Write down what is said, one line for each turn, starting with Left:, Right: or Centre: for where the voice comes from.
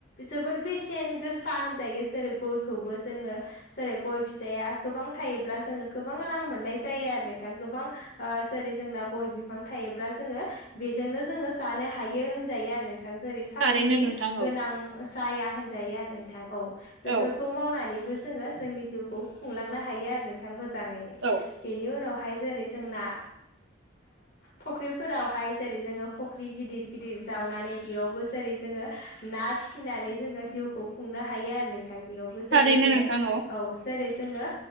Left: जोबोर बेसेन गोसा होनजायो जेरै गयखौबो जोङो जेरै गय फिथाइया गोबां थायोब्ला जोङो गोबां रां मोननाय जायो आरो नोंथां गोबां जेरै जोंना गय बिफां थायोब्ला जोङो बेजोंनो जोङो जानो हायो होनजायो आरो नोंथां जेरै साख्रिनि
Right: थारैनो नोंथां औ
Left: गोनां जाया होनजायो आरो नोंथां औ
Right: औ
Left: फोरखौ मावनानैबो जोङो जोंनि जिउखौ खुंलांनो हायो आरो नों थां मोजाङैनो
Right: औ
Left: बेनि उनावहाय जेरै जोंना फुख्रिफोरावहाय जेरै जोङो फुख्रि गिदिर गिदिर जावनानै बेयावबो जेरै जोङो ना फिसिनानै जोङो जिउखौ खुंनो हायो आरो नोंथां बेयावबो जेरै
Right: थारैनो
Left: जोङो
Right: नोंथां
Left: औ जेरै जोङो